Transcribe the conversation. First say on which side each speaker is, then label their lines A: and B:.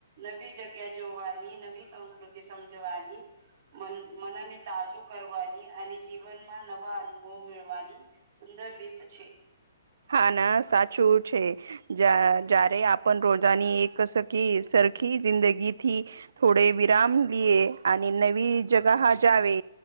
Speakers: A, on the right; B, on the right.
A: નવી જગ્યા જોવાની નવી સંસ્કૃતિ સમજવાની મ મનને તાજુ કરવાની અને જીવનમાં નવા અનુભવ મેળવાની સુંદર રીત છે.
B: હા ના સાચું છે. જા જ્યારે આપણ રોજાની એક સખી સરખી જિંદગીથી થોડે વિરામ લિએે અ. નવી જગાા જાવે